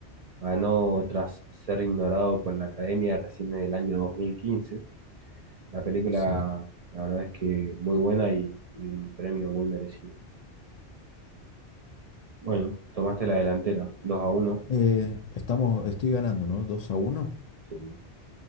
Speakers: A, on the right; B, on the left.
A: Ganó tras ser ignorado por la Academia recién en el año dos mil quince La película,
B: Sí.
A: la verdad es que muy buena y, y un premio muy merecido. Bueno, tomaste la delantera, 2 a uno
B: Eh, estamos, estoy ganando, ¿no? dos a uno
A: Sí.